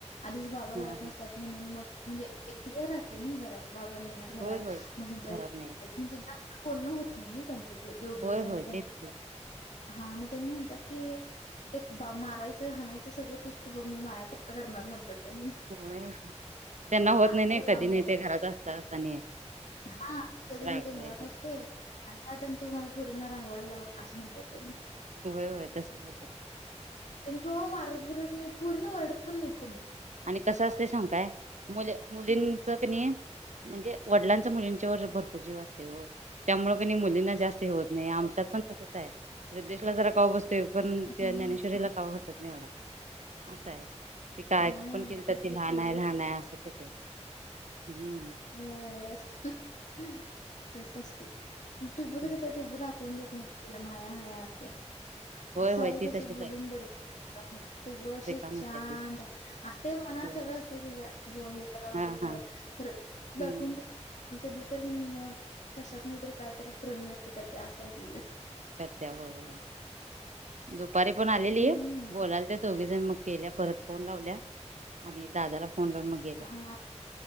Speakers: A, on the left; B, on the right.
A: आधीच बाबा घरात
B: हा हा
A: नसतात म्हणून मग म्हणजे राहते घरात बाबा नाहीत घरात
B: होय होय
A: मग ह्यांच्यावर
B: घरात नाही येत.
A: बोयच म्हणजे जास्त बोलणं होत नाही त्यांच दोघ
B: होय
A: त्यां
B: होय तेच की
A: हा मग म्हणतात की ते मारायचं हायचं सगळं तुस्त बघ मी माया फक्त करणार म्हणतात त्यांनी.
B: होय त्यांना होत
A: आणि
B: नाही नाही
A: जरा लांब
B: कधी नाही ते घरात असत आणि
A: हा कधी
B: रागवायचं
A: नाही ते घरात असते आणि त्यात आणि तू मा पुरना रांगवायला लाव असे म्हणतात त्यांनी
B: होय होय तसच होते
A: त्यां गोवा मारत भरत नाही पूरी वर्डत परणेत
B: आणि कसं असते सांग काय मुले मुलींच क नाही म्हणजे वडिलांचा मुलींच्यावर भरपूर जीव असते हो त्यामुळे क मुलींना जास्त हे होत नाही आमतात पण तसच आहे देशला जरा का बसत ते पण त्या
A: हं,
B: ज्ञाने शरीरला कावं असतत नाही एवढा असा आहे की काय
A: हां,
B: पण केलं
A: तेच
B: तर ते
A: की
B: लहान
A: पोरीला
B: आहे लहान आहे असच होत आहे हम्म
A: हो तसस्ते टुबच
B: हम्म
A: कसं टुप दाखवून देत नाही तिला माया हया ते
B: होय
A: सायू
B: होय ती
A: कसं
B: तशीच
A: बलून
B: आहे
A: बडबम होते टुब अशी
B: रिकाम
A: शांत
B: होत्या की
A: आहे असते मनात
B: होय
A: सगळं असते तिच्या भ हे करावं
B: हा
A: ते करावं
B: हा
A: ख दाखवून
B: हम्म
A: नाही आणि कधी तररी की नाही मग कशात नाही तरी काय तर प्रेम व्यक्त करते असाय तिथे
B: करत होय होय दुपारी पण आलेली
A: हम्म.
B: आहे बोलाल ते दोघी जण मग केल्या परत फोन लावल्या आणि दादाला फोन लावून मग गेल्या
A: हा